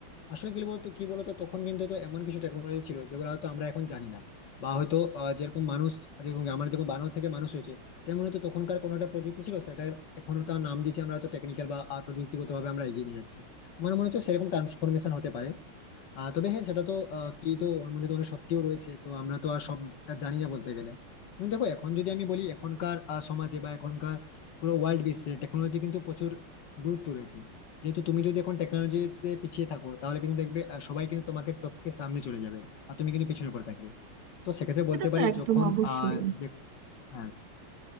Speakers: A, on the left; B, on the right.
A: আসলে কি বলতো কি বলতো তখন কিন্তু তো এমন কিছু টেকনোলজি ছিল যেগুলো হয়তো আমরা এখন জানি না বা হয়তো আহ, যেরকম মানুষ যেরকম আমার যেরকম বানর থেকে মানুষ হয়েছে তেমন হয়তো তখনকার কোনো একটা প্রযুক্তি ছিল সেটার এখন তার নাম দিয়েছি আমরা হয়তো টেকনিক্যাল বা প্রযুক্তিগত ভাবে আমরা এগিয়ে নিয়ে যাচ্ছি আমার মনে হচ্ছে সেরকম ট্রান্সফরমেশন হতে পারে আহ তবে হ্যাঁ সেটা তো আহ, কি তো ওর মধ্যে তো অনেক সত্যিও রয়েছে তো আমরা তো আর সবটা জানি না বলতে গেলে কিন্তু দেখো এখন যদি আমি বলি এখনকার আহ, সমাজে বা এখনকার পুরো ওয়ার্ল্ড বিশ্বে টেকনোলজি কিন্তু প্রচুর গুরুত্ব রয়েছে যেহেতু তুমি যদি এখন টেকনোলজিতে পিছিয়ে থাকো তাহলে কিন্তু দেখবে আহ, সবাই কিন্তু তোমাকে টপকে সামনে চলে যাবে আর তুমি কিন্তু পিছনে পড়ে থাকবে তো সেক্ষেত্রে বলতে
B: এটা
A: পারি
B: তো একদম
A: যখন
B: অবশ্যই
A: আহ যে- হ্যাঁ